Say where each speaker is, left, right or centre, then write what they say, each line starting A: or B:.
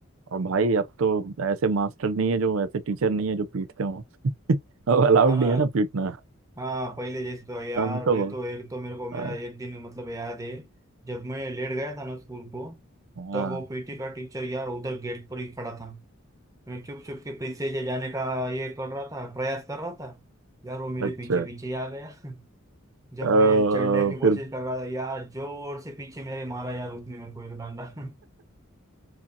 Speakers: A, on the right; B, on the right.
A: और भाई अब तो ऐसे मास्टर नहीं है जो ऐसे टीचर नहीं है जो पीटते हो अब अलाउड
B: हाँ ना
A: नहीं है ना पीटना
B: हाँ पहले जैसे तो है यार
A: हम तो
B: मैं
A: बिल्कुल
B: तो एक तो मेरे को मेरा
A: हाँ
B: एक दिन मतलब याद है जब मैं लेट गया था ना स्कूल को
A: हाँ,
B: तब वो पीटी का टीचर यार उधर गेट पर ही खड़ा था मैं चुप चुप के पीछे से जाने का ये कर रहा था प्रयास कर रहा था यार वो मेरे
A: अच्छा
B: पीछे पीछे ही आ गया <laughs> जब
A: अ,
B: मैं चढ़ने की कोशिश
A: फिर
B: कर रहा था यार जोर से पीछे मेरे मारा यार उसने मेरे को एक डंडा <laughs>